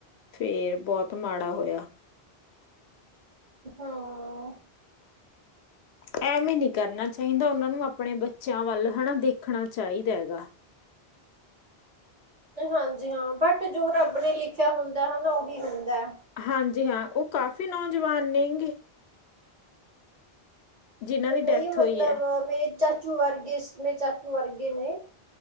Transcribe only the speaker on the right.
ਹੂੰ।
ਹਾਂਜੀ ਹਾਂ ਬਟ ਜੋ ਰੱਬ ਨੇ ਲਿਖਿਆ ਹੁੰਦਾ ਹਨਾ ਉਹੀ ਹੁੰਦਾ।
ਨਹੀਂ
ਮਤਲਬ
ਮੇਰੇ ਚਾਚੂ ਵਰਗੇ ਮੇਰੇ ਚਾਚੂ ਵਰਗੇ ਨੇ।